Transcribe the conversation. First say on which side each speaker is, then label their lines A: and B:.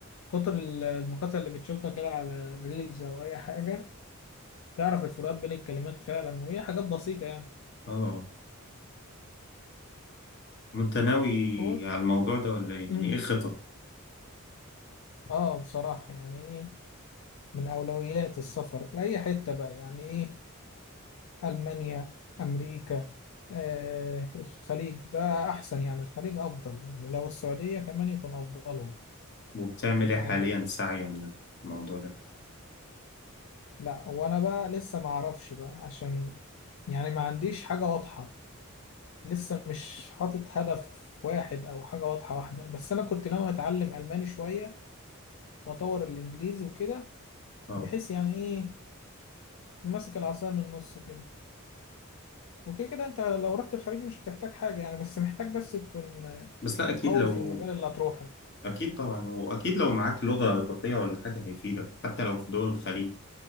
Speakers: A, on the left; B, on the left.
A: كتر ال- المقاطع اللي بتشوفها كده على ريلز او اي حاجه تعرف الفروقات بين الكلمات فعلا وهي حاجات بسيطه يعني
B: اه انت ناوي
A: هو
B: على الموضوع ده ولا إيه؟
A: مم.
B: يعني ايه خطط
A: اه بصراحه يعني ايه من اولويات السفر لاي حته بقى يعني ايه ألمانيا أمريكا آه الخليج ده أحسن يعني الخليج أفضل يعني لو السعودية كمان يكون أفضلهم
B: وبتعمل
A: تبقى
B: ايه حاليا سعيا للموضوع ده
A: لا وأنا بقى لسه ما أعرفش بقى عشان يعني ما عنديش حاجة واضحة لسه مش حاطط هدف واحد أو حاجة واضحة واحدة بس أنا كنت ناوي أتعلم ألماني شوية وأطور الإنجليزي وكده
B: اه
A: بحيث يعني إيه تمسك العصاية من النص كده وكده كده أنت لو رحت الخليج مش هتحتاج حاجة يعني بس محتاج بس تكون
B: بس لا اكيد
A: قوي
B: لو
A: في المجال اللي هتروحه
B: اكيد طبعا واكيد لو معاك لغة اضافية ولا حاجة هيفيدك حتى لو في دول الخليج